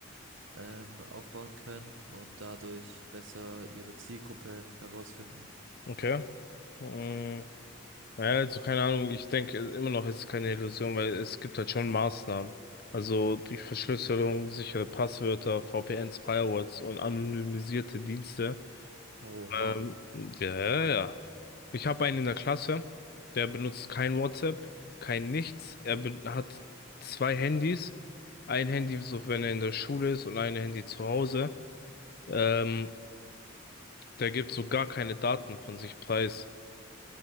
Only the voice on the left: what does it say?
Okay. Ähm, naja, also keine Ahnung, ich denke immer noch, es ist keine Illusion, weil es gibt halt schon Maßnahmen. Also die Verschlüsselung, sichere Passwörter, VPNs, Firewalls und anonymisierte Dienste.
Ähm, ja, ja. ja. Ich habe einen in der Klasse, der benutzt kein WhatsApp, kein nichts. Er be- hat zwei Handys. Ein Handy, so wenn er in der Schule ist und ein Handy zu Hause. Ähm, der gibt so gar keine Daten von sich preis.